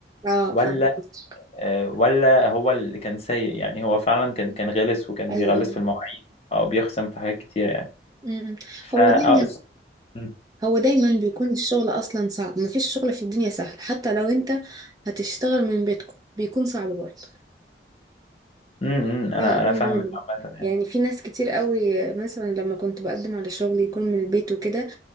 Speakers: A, on the right; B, on the left.
A: اه
B: ولا
A: فاهمة قصدك.
B: آه، ولا هو اللي كان سيء يعني هو فعلا كان كان غلس وكان
A: ايوه
B: بيغلس
A: ايوه
B: في المواعيد او بيخصم في حاجات كتيرة يعني
A: مم.
B: ف
A: هو
B: آه،
A: دايما
B: اس- م-
A: هو دايما بيكون الشغل اصلا صعب مفيش شغل في الدنيا سهل حتى لو انت هتشتغل من بيتكم بيكون صعب برضه
B: م- م، انا
A: لا لا
B: انا فاهمك
A: يا ماما
B: عامة يعني
A: يعني في ناس كتير قوي مثلا لما كنت بقدم على شغل يكون من البيت وكده